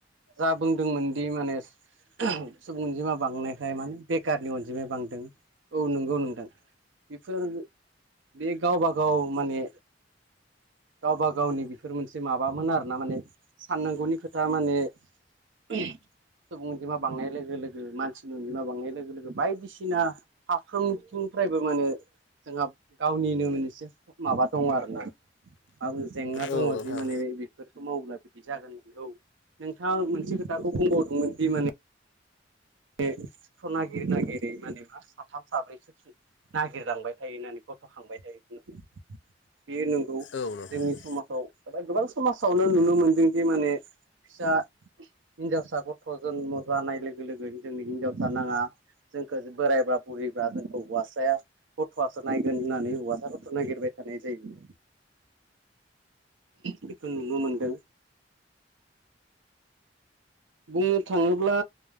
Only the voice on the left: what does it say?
औ नोंथां औ नोंथां
औ